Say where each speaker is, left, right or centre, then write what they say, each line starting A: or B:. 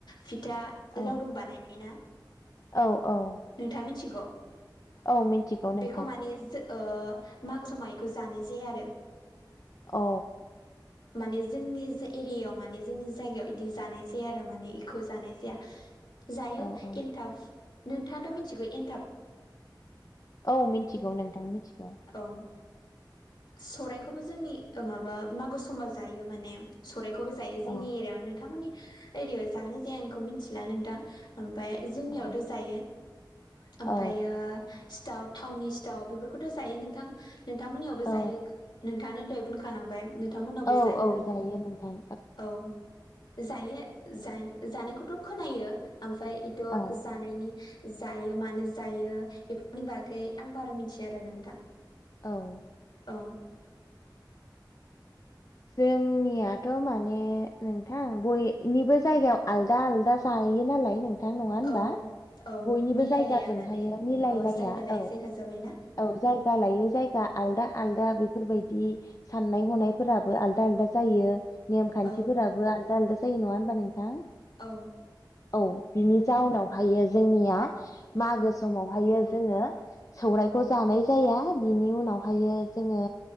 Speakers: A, on the left; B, on the left.
A: फिथा
B: औ
A: लावडुम बानायो ना
B: औ औ
A: नोंथाङा मिथिगौ
B: औ मिथिगौ नोंथां
A: बेखौ माने ओ मागो सम मायखौ जानाय जाया आरो
B: अ
A: माने जोंनि एरियायाव माने जोंनि जायगायाव इदि जानाय जाया आरो माने इखौ जानाय जाया।
B: <unintelligible>
A: जायो
B: औ
A: एनथाब नोंथाङाथ' मिथिगौ एनथाब
B: औ मिथिगौ नोंथां मिथिगौ।
A: औ सौराइखौबो जोंनि माबा मागो समाव जायो माने सौराइखौबो जायो जोंनि
B: औ
A: एरिया नोंथांमोननि एरियायाव जाहोनाय जाया आंखौ मिथिला नोंथां। ओमफफ्राय जोंनियावथ'
B: औ
A: जायो
B: औ
A: ओमफ्रायो सिथाव थटाउननि सिथाव बेफोरखौथ' जायो नोंथां नोंथांमोननियावबो
B: औ
A: जायो। नोंथाङानो दे बुंन खालामांबाय नोंथांमोनावबो
B: औ
A: जायो
B: औ नोंथां
A: औ जायो जानायखौथ' खोनायो ओमफ्राय बेथ'
B: औ
A: जानायनि जायो मानो जायो बेफोरनि बागै आं बारा मिथिया आरो नोंथां।
B: औ
A: औ
B: जोंनियाथ' माने नोंथां बयनिबो जायगायाव आलदा आलदा जायोनालाय नों नोंथां नङा होम्बा
A: औ औ
B: बयनिबो
A: मिलायलाया
B: जायगाजोंहायो
A: माने
B: मिलायलाया
A: औ जायगा लायै
B: औ
A: जायगा जाबायना
B: औ जायगा लायो जायगा आलदा आलदा बेफोरबायदि साननाय हनायफोराबो। आलादा-आलादा जायो नेम खान्थिफोराबो
A: औ
B: आलदा-आलदा जायो नङा होम्बा नोंथां।
A: औ
B: औ बिनि जाउनावहायो जोंनिया मागो समावहायो जोङो सौरायखौ जानाय जाया बिनि उनावहाय जोङो